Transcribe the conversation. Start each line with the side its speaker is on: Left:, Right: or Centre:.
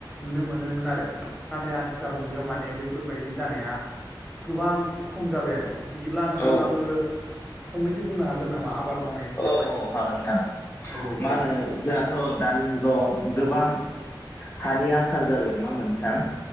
Centre: नुनो मोनोमोन आरो नाथाय आथिखाल मुगायाव माने बैफोर फोरबायदि जानाया गोबां खम जाबाय आरो बिदिब्ला नोंथाङाबो
Left: औ
Centre: फंनैसो बुंनो हागोन नामा आबाद मावनायनि सायावहाय
Left: औ औ हागोन नोंथां
Centre: औ औ
Left: मा
Centre: दे
Left: होनो जों ाथ' दानि जुगाव गोबां हानि आंखाल जाबाय नङा होमबा नोंथां